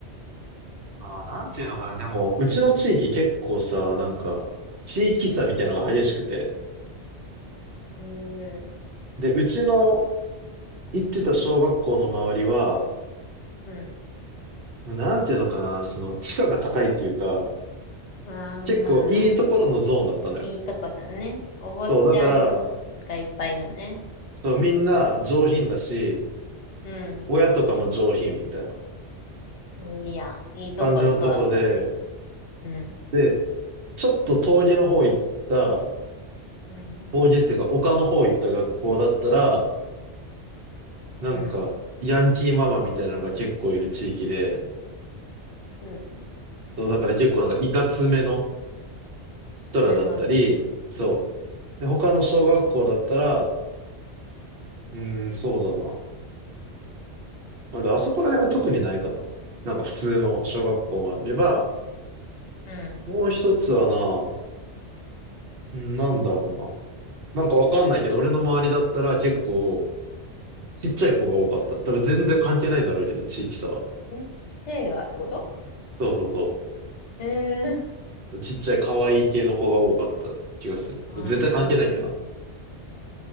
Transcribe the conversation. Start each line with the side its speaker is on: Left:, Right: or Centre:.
Right: ああ、なんていうのかな、でも、うちの地域結構さ、なんか、地域差みたいなのが激しくて。
Left: へえ
Right: で、うちの行ってた小学校の周りは、
Left: うん。
Right: なんていうのかな、その、地価が高いっていうか、
Left: まあまあ、
Right: 結構いいところのゾーンだったのよ。
Left: いいとこだね。お坊ちゃんがいっぱいいるね。
Right: そう、だから、そう、みんな上品だし、
Left: うん。
Right: 親とかも上品みたいな
Left: いいやん。いいとこに育ったね。
Right: 感じのとこで、
Left: うん。
Right: で、ちょっと峠の方行った、
Left: うん。
Right: 峠っていうか丘の方行った学校だったら、なんか、
Left: うん。
Right: ヤンキーママみたいなのが結構いる地域で、
Left: うん。
Right: そう、だから結構なんかいかつめの人らだったり、
Left: なるほど。
Right: そう。で、他の小学校だったら、うーん、そうだな。まあ、であそこら辺は特にないかな。なんか普通の小学校もあれば、
Left: うん。
Right: もう一つはな、うんなんだろうな。なんかわかんないけど、俺の周りだったら結構、ちっちゃい子が多かった。多分全然関係ないんだろうけど、地域差は。
Left: え、性がってこと
Right: そうそうそ
Left: へえ
Right: う。ちっちゃい可愛い系の子が多かった気がする。
Left: ああー、
Right: 絶対関係ないけどな。
Left: なるほどね。